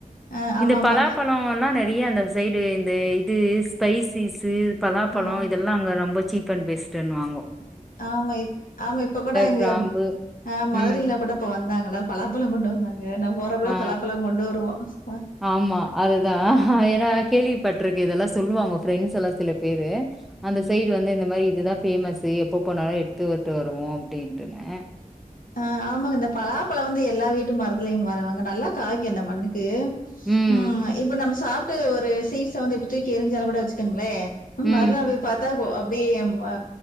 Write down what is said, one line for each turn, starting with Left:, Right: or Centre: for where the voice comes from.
Left: அ ஆமாமா.
Centre: இந்த பலாபழொல்லா நெறையா அந்த சைடு இந்த இது ஸ்பைசிஸு பலாப்பழோ
Left: ஆ
Centre: இதெல்லா அங்க ரொம்ப சீப் அண்ட் பெஸ்ட்னுவாங்கோ
Left: ஆமா இ ஆமா இப்ப கூட எங்க
Centre: கிராம்பு
Left: ஆ மதுரைல
Centre: ம்.
Left: கூட இப்ப வந்தாங்ளா பலாப்பழோ கொண்டு வந்தாங்க நா போறப்பல்லா
Centre: ஆ
Left: பலாப்பழோ கொண்டு வருவோ ஆ
Centre: ஆமா அதுதான் ஏனா கேள்விப்பட்டிருக்க இதெல்லா சொல்லுவாங்க ஃப்ரெண்ட்ஸ் எல்லா சில பேரு அந்த சைடு வந்து இந்த மாறி இதுதான் பேமஸு எப்ப போனாலு எடுத்து விட்டு வருவோ அப்டின்ட்டுனு
Left: ஆ ஆமாங்க இந்த பலாப்பழோ வந்து எல்லா வீட்டு மரத்துலயும் வருவாங்க நல்லா காய்க்கு அந்த மண்ணுக்கு
Centre: ம்
Left: ம் இப்ப நம்ம சாப்ட்டு ஒரு சீட்ஸ வந்து இப்ப தூக்கி எரிஞ்சாலுங் கூட வெச்சுக்கோங்ளே
Centre: ம்.
Left: மறுநாள் போய் பத்தா அப்டியே அ